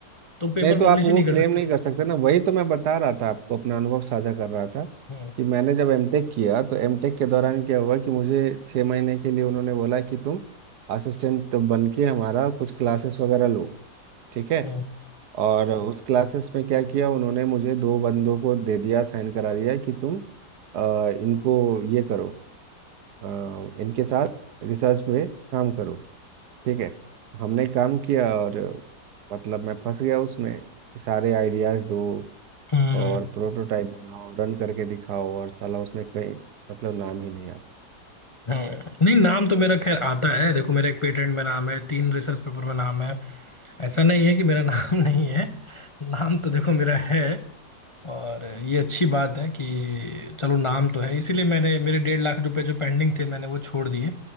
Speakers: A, on the left; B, on the right.
A: तो पेपर
B: नहीं तो आप
A: पब्लिश
B: वो
A: ही नहीं कर
B: क्लेम
A: सकती
B: नहीं
A: थी
B: कर सकते ना वही तो मैं बता रहा था आपको अपना अनुभव साझा कर रहा था
A: हम्म
B: कि मैंने जब एमटेक किया तो एमटेक के दौरान क्या हुआ कि मुझे छः महीने के लिए उन्होंने बोला कि तुम असिस्टेंट बन के हमारा कुछ क्लासेस वगैरह लो ठीक है
A: हम्म
B: और उस क्लासेस में क्या किया उन्होंने मुझे दो बंदों को दे दिया साइन करा दिया कि तुम अ, इनको ये करो अ, इनके साथ रिसर्च में काम करो ठीक है हमने काम किया और मतलब मैं फंस गया उसमें कि सारे आइडियाज दो
A: हम्म,
B: और प्रोटोटाइप बनाओ रन करके दिखाओ और साला उसमें कहीं मतलब नाम ही नहीं आप
A: हम्म। नहीं नाम तो मेरा खैर आता है देखो मेरा एक पेटेंट में नाम है तीन रिसर्च पेपर में नाम है ऐसा नहीं है कि मेरा नाम <laughs> नहीं है नाम तो देखो मेरा है और ये अच्छी बात है कि चलो नाम तो है इसीलिए मैंने मेरे डेढ़ लाख रुपए जो पेंडिंग थे मैंने वो छोड़ दिए